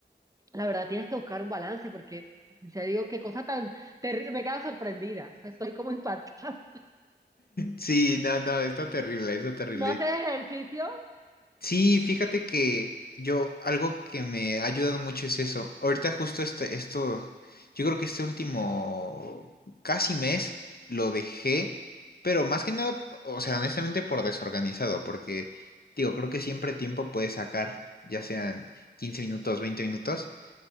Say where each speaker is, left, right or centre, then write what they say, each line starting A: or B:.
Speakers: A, on the right (about 20°); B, on the left (about 55°).
A: La verdad, tienes que buscar un balance porque, ya digo, qué cosa tan terrible. Me quedo sorprendida. O sea, estoy como impactada.
B: Sí, no, no, está terrible, está
A: <laughs>
B: terrible.
A: ¿No haces ejercicio?
B: Sí, fíjate que yo, algo que me ha ayudado mucho es eso. Ahorita justo este, esto, yo creo que este último casi mes lo dejé, pero más que nada, o sea, honestamente por desorganizado, porque digo, creo que siempre tiempo puedes sacar, ya sean 15 minutos, 20 minutos